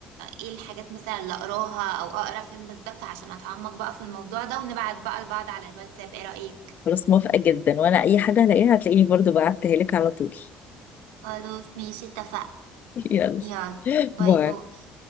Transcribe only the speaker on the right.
ايه الحاجات مثلا اللي اقراها او اقرا فين بالظبط عشان اتعمق بقى في الموضوع ده ونبعت بقى لبعض على الواتساب ايه رأيك
خلاص ماشي اتفقنا
يلا باي
باي